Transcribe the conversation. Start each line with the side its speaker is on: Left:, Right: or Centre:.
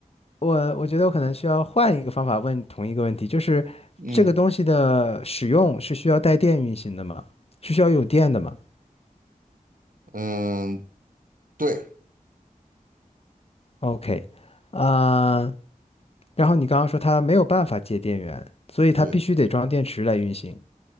Left: 我我觉得我可能需要换一个方法问同一个问题，就是这个东西的使用是需要带电运行的吗？
Right: 嗯
Left: 是需要有电的吗
Right: 嗯，呃对
Left: ？OK，啊、然后你刚刚说它没有办法接电源，所以它必须得装电池来运行。
Right: 对，